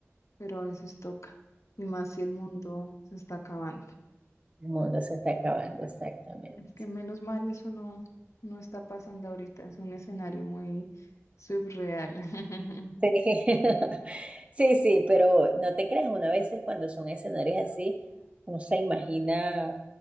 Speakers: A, on the left; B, on the right.
A: pero a veces toca. Y más si el mundo se está acabando.
B: El mundo se está acabando, exactamente.
A: Es que menos mal eso no, no está pasando ahorita. Es un escenario muy subreal. <laughs>
B: Sí. <laughs> Sí, sí, pero no te creas, una vez cuando son escenarios así, uno se imagina